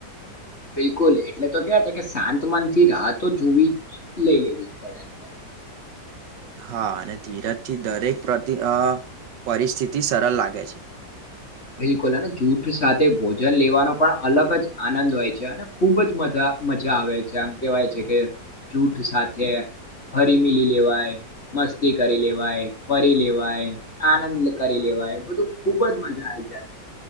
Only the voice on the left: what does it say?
બિલકુલ એટલે તો કે છે કે શાંત મન થી રાહતો જોવી જ લઈ લેવી પડે આપડે.
બિલકુલ અને જૂથ સાથે ભોજન લેવાનો પણ અલગ જ આનંદ હોય છે અને ખુબ જ મજા મજા આવે છે આમ કેવાય છે કે જૂથ સાથે ફરી મિલી લેવાય મસ્તી કરી લેવાય ફરી લેવાય આનંદ કરી લેવાય બધું ખુબજ મજા આ